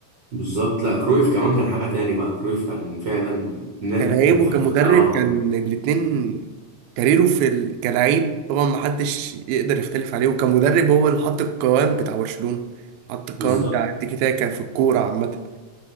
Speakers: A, on the right (about 70°); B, on the right (about 85°).
A: بالظبط لا كرويف كمان كان حاجه تاني بقى كرويف كان فعلا نادي
B: كان عيبه
A: كان فرقه
B: كمدرب
A: لوحده
B: كان الاتنين كاريره في ال... كلاعب طبعا محدش يقدر يختلف عليه وكمدرب هو اللي حط القوام بتاع برشلونة حط القوام
A: بالظبط
B: بتاع التيكي تاكا في الكورة عامة